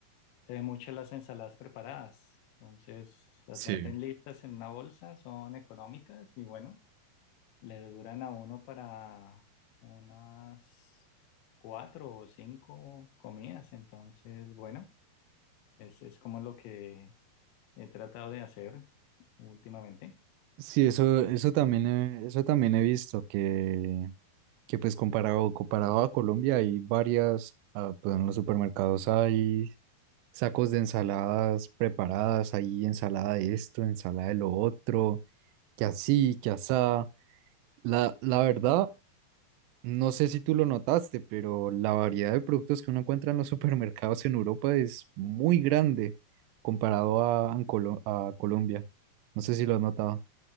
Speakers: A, on the left (about 85°); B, on the right (about 80°).
A: se ven mucho las ensaladas preparadas, entonces las
B: Sí.
A: venden listas en una bolsa, son económicas y bueno, le duran a uno para unas cuatro o cinco comidas, entonces bueno. Es, es como lo que he tratado de hacer últimamente.
B: Sí, eso, eso también he, eso también he visto que, que pues comparado, comparado a Colombia hay varias, ah, pues en los supermercados hay sacos de ensaladas preparadas, hay ensalada de esto, ensalada de lo otro, que así, que asá. La, la verdad, No sé si tú lo notaste, pero la variedad de productos que uno encuentra en los <laughs> supermercados en Europa es muy grande comparado a, en Colo- a Colombia. No sé si lo has notado.